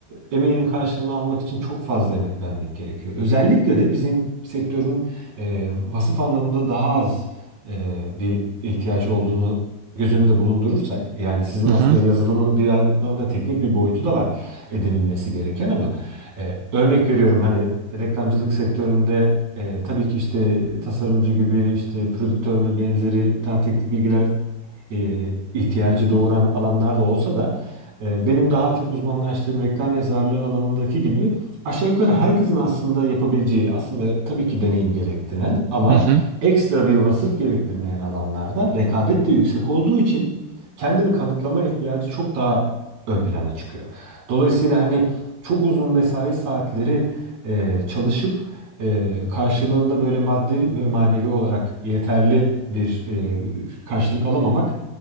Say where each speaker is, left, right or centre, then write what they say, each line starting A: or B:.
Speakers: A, on the right (about 40°); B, on the right (about 85°).
A: emeğinin karşılığını almak için çok fazla emek vermek gerekiyor. Özellikle de bizim sektörün e, vasıf anlamında daha az e, bir ihtiyaç olduğunu göz önünde bulundurursak yani sizin aslında
B: Hı hı.
A: yazılımın bir yandan da teknik bir boyutu da var edinilmesi gereken ama e, örnek veriyorum hani reklamcılık sektöründe e, tabii ki işte tasarımcı gibi işte prodüktör ve benzeri daha teknik bilgiler e, ihtiyacı doğuran alanlar da olsa da e, benim daha çok uzmanlaştığım reklam yazarlığı alanındaki gibi aşağı yukarı herkesin aslında yapabileceği aslında tabii ki deneyim gerektiren ama
B: Hı hı.
A: ekstra bir vasıf gerektirmeyen alanlarda rekabet de yüksek olduğu için kendini kanıtlama ihtiyacı çok daha ön plana çıkıyor. Dolayısıyla hani çok uzun mesai saatleri e, çalışıp e, karşılığında böyle maddi ve manevi olarak yeterli bir e, karşılık alamamak